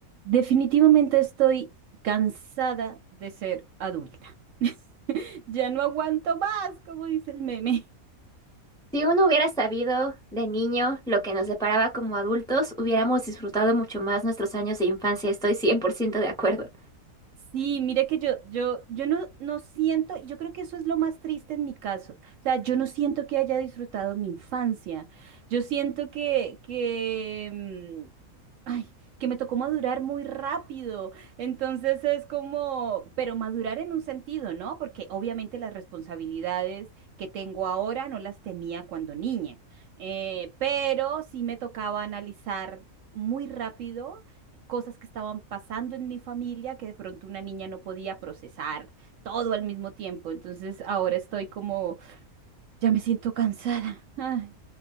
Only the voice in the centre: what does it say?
Si uno hubiera sabido de niño lo que nos deparaba como adultos, hubiéramos disfrutado mucho más nuestros años de infancia. Estoy 100% de acuerdo.